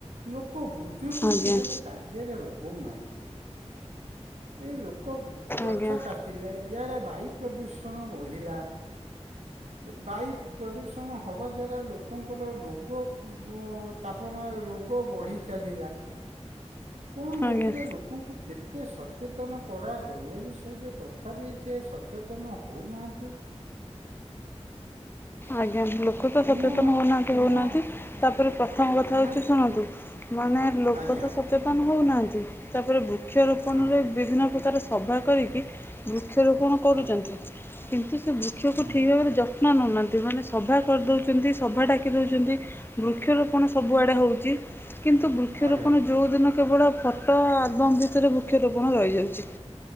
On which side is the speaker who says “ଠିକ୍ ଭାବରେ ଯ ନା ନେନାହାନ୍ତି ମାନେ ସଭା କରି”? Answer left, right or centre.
Left